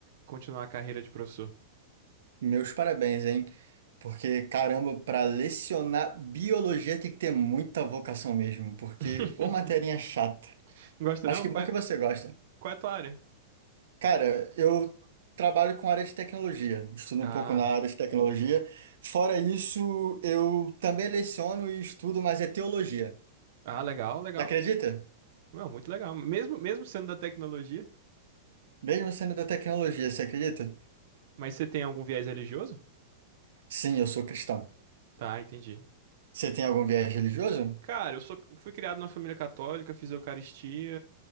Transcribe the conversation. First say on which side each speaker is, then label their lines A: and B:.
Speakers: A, on the right; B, on the right.
A: continuar a carreira de professor.
B: Meus parabéns, hein? Porque, caramba, para lecionar biologia tem que ter muita vocação mesmo, porque
A: <laughs>
B: ô matéria chata.
A: Não gosta
B: Mas
A: não?
B: que
A: Qual
B: bom que
A: é,
B: você gosta.
A: qual é a tua área?
B: Cara, eu trabalho com área de tecnologia, estudo
A: Ah,
B: um pouco na área de tecnologia. Fora isso, eu também leciono e estudo, mas é teologia.
A: ah, legal, legal.
B: Não acredita?
A: Não, muito legal. Mesmo, mesmo sendo da tecnologia.
B: Mesmo sendo da tecnologia, você acredita?
A: Mas você tem algum viés religioso?
B: Sim, eu sou cristão.
A: Tá, entendi.
B: Você tem algum viés religioso?
A: Cara, eu sou, fui criado na família católica, fiz Eucaristia,